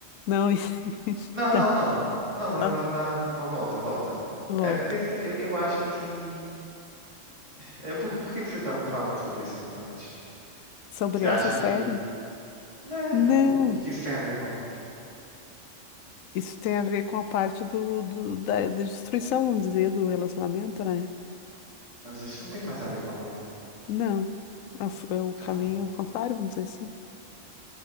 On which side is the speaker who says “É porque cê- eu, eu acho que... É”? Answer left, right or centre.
Right